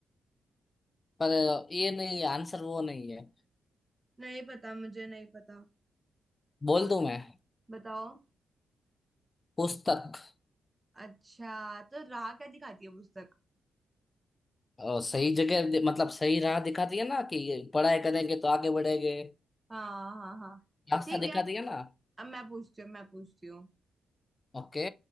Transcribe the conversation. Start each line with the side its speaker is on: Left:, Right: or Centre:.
Left: पर ये नहीं है आंसर वो नहीं है
Right: नहीं पता मुझे नहीं पता
Left: बोल दूं मैं
Right: बताओ
Left: पुस्तक
Right: अच्छा तो राह क्या दिखाती है पुस्तक
Left: अ, सही जगह दे- मतलब सही राह दिखाती है ना कि पढ़ाई करेंगे तो आगे बढ़ेंगे
Right: हाँ हाँ हाँ
Left: रास्ता
Right: ठीक है
Left: दिखाती है ना
Right: अब मैं पूछती हूँ मैं पूछती हूँ
Left: ओके